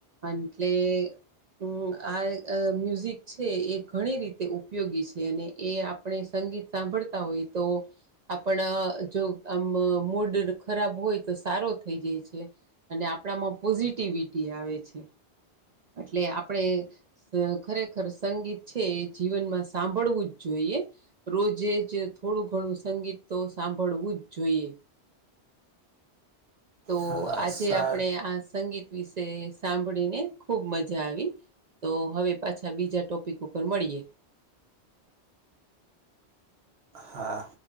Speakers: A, on the right (about 50°); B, on the right (about 70°).
A: અન એટલે.. હુ આ અ મ્યુઝિક છે, એ ઘણી રીતે ઉપયોગી છે અને એ આ આપણે સંગીત સાભળતા હોય તો. આપડ જો આમ મૂડ ખરાબ હોય તો સારો થઈ જઈ છે. અને આપણામા પોઝિટિવિટી આવે છે. એટલે આપડે. ખરેખર સંગીત છે એ જીવનમાં સાભળવું જ જોઈએ. રોજે જ થોડુ ઘણું સંગીત તો સાભળવું જ જોયે. તો
B: હા
A: આજે
B: સાર
A: આપણે આ સંગીત વિસે સાંભળીને ખૂબ મજા આવી. તો હવે પાછા બીજા ટોપિક ઉપર મળીએ.
B: હા.